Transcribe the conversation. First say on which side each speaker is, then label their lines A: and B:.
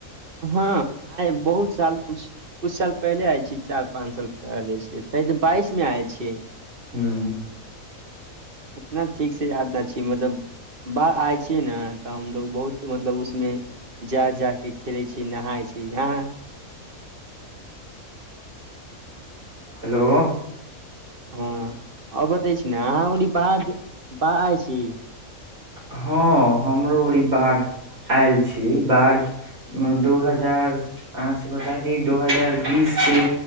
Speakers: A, on the right (about 40°); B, on the right (about 75°).
A: हँ आ बहुत साल कछ कुछ साल पहिले आयल छी चार पाँच साल पहिले छै शायद बाइस मे आयल छियै
B: हूँ
A: उतना ठीकसे याद नहि अछि मतलब बाढ आइ छियै ने तऽ हमलोग बहुत मतलब उसमे जा जा कऽ खेलै छीयै नहाइ छी अहाँ
B: हेलो
A: हँ आ बतै छी ने अहाँ ओरी बाहर बाढ आयल छी
B: हँ हमरो ओरी बाढ़ आयल छी बाढ़ दू हजार अहाँ से बता दिय दू हजार बीस के